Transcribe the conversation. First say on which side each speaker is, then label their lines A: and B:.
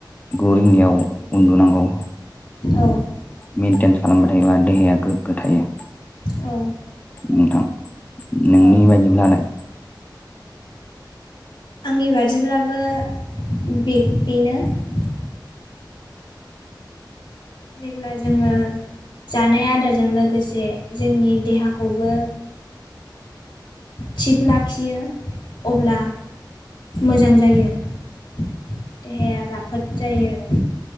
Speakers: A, on the left (about 20°); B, on the left (about 80°).
A: गु रिंगायाव उन्दुनांगौ
B: औ
A: मेेनटेन खालामबाय थायोबा देहाया गोग्गो थायो।
B: औ
A: नोंथां नोंनि
B: औ
A: बायदिब्लालाय?
B: आंनि बादिब्लाबो बे बेनो । जेब्ला जोङो जानाय आदारजों लोगोसे जोंनि देहाखौबो थिग लाखियो अब्ला मोजां जायो देहाया राफोद जायो ।